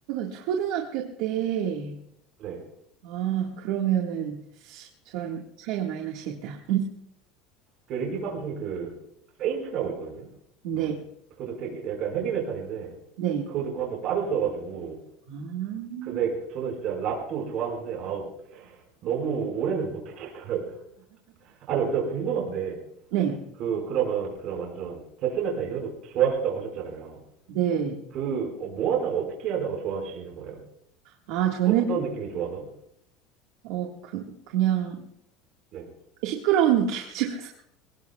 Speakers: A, on the right; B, on the right.
A: 초등학교 때
B: 네.
A: 아 그러면은 저랑 차이가 많이 나시겠다
B: 그 링킨 파크 중에 그 페인트라고 있거든요.
A: 네
B: 노래. 그것도 되게 약간 헤비메탈인데
A: 네.
B: 그거 듣고 한번 빠졌어가지고
A: 아,
B: 근데 저는 진짜 랍도 좋아하는데 아 너무 오래는 못 듣겠더라고요. 아, 저, 저 궁금한데
A: 네,
B: 그 그러면 그럼 완전 데스메타 이런 거 좋아하셨다고 하셨잖아요.
A: 네.
B: 그 어, 뭐 하다가 어떻게 하다가 좋아하시는 거예요?
A: 아, 저는,
B: 어떤 느낌이 좋아서?
A: 어, 그, 그냥
B: 네.
A: 시끄러운 느낌이 <laughs> 좋아서.